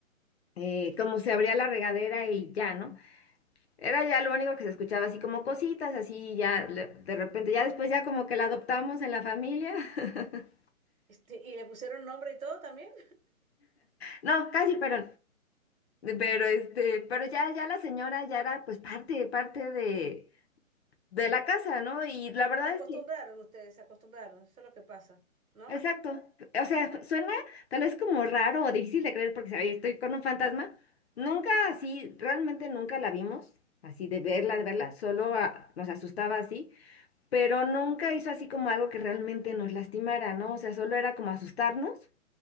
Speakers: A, on the left; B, on the right.
A: eh, como se abría la regadera y ya, ¿no? Era ya lo único que se escuchaba, así como cositas, así ya le- de repente, ya después ya como que la adoptamos en la familia. <laughs>
B: Este, y le pusieron nombre y todo también.
A: No, casi, pero, pero este, pero ya, ya la señora ya era pues parte, parte de, de la casa, ¿no? Y la verdad
B: Se acostumbraron
A: es que,
B: ustedes, se acostumbraron, eso es lo que pasa, ¿no?
A: exacto, o sea, suena tal vez como raro o difícil de creer porque, ¿sabes? Estoy con un fantasma. Nunca así, realmente nunca la vimos, así de verla, de verla, solo ah, nos asustaba así. pero nunca hizo así como algo que realmente nos lastimara, ¿no? O sea, solo era como asustarnos